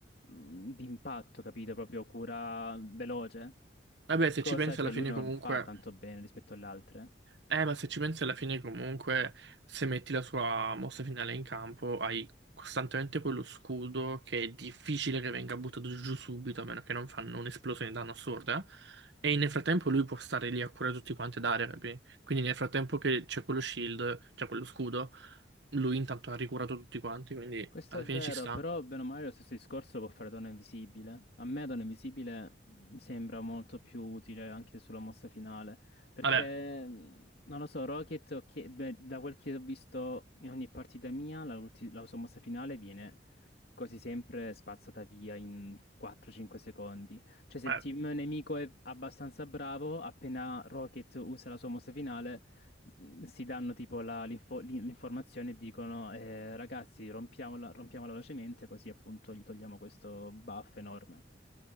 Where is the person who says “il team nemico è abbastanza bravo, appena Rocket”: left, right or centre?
Left